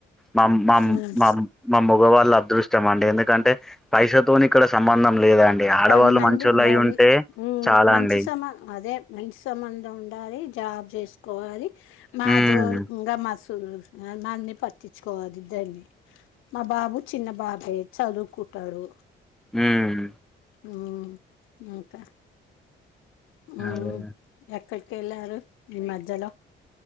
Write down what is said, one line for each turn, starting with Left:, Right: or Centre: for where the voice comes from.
Centre: మమ్ మమ్
Left: ఉమ్
Centre: మమ్ మా మగవాళ్ళ అదృష్టం అండి ఎందుక్ అంటే పైసతోని ఇక్కడ సంబంధం లేదండి ఆడవాళ్ళు
Left: కొంతమంది
Centre: మంచోళ్ళు
Left: ఇంగ
Centre: అయి ఉంటే
Left: ఉమ్
Centre: చాలా
Left: మంచి
Centre: అండి
Left: సంబ అదే మంచి సంబంధం ఉండాలీ జాబ్ జేసుకోవాలి. మా
Centre: ఉమ్
Left: జోల్ ఇంగ మస్ మన్ని పట్టిచ్చుకోవాది దాన్ని మా బాబు చిన్న బాబే చదువుకుంటాడు.
Centre: ఉమ్
Left: ఉమ్ ఇంకా ఉమ్
Centre: అదే
Left: ఎక్కడ్ కెల్లారు ఈ మధ్యలో